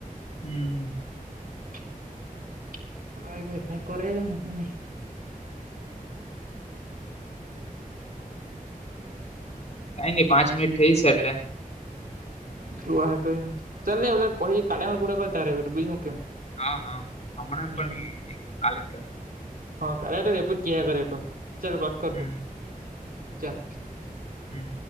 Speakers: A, on the left; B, on the right.
A: હમ
B: <unintelligible>
A: કાઈ ની પાંચ મીનીટ થઈ છે, એટલે
B: જો કઈ ચાલન, પછી ખાલી પૂરા કરતા બીજ કેમ.
A: હા હા હમણાં
B: હમ
A: પણ ની કાલે જ કરહુ
B: હા કરે રેપ ક કરેટ ચાલ કટ કર
A: હમ
B: તું ચાલ. <unintelligible>
A: હમ.